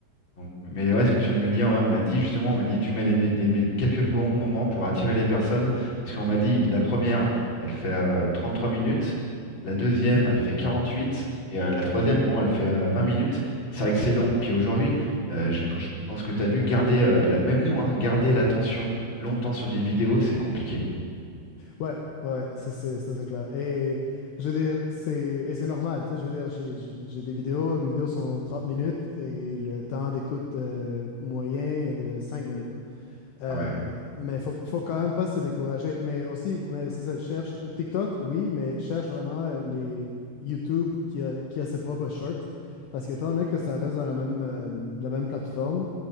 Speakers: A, on the left; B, on the left.
A: Donc, mais ouais, ce que tu viens de me dire, ouais, on me l'a dit justement, on m'a dit tu mets les, mé- des mé- quelques bons moments pour attirer les personnes, parce qu'on m'a dit la première, elle fait euh, trois minutes, la deuxième,
B: <laughs>
A: elle fait 48 et euh, la troisième, bon, elle fait euh, 20 minutes. C'est vrai que c'est long. Puis aujourd'hui, euh, je, je pense que tu as vu, garder, euh, la- même nous, hein, garder l'attention longtemps sur des vidéos, c'est compliqué.
B: Ouais, ouais, ça c'est ça c'est clair. Et je veux dire, c'est et c'est normal, tu sais, je veux dire, j'ai j'ai- j'ai des vidéos, mes vidéos sont 30 minutes et le temps d'écoute euh, moyen est de 5 minutes. Euh,
A: Ah ouais.
B: mais faut faut quand même pas se décourager. Mais aussi, mais c'est ça, cherche TikTok, oui, mais cherche vraiment euh, les YouTube qui a qui a ses propres shorts parce que étant donné que ça reste dans la même euh, la même plateforme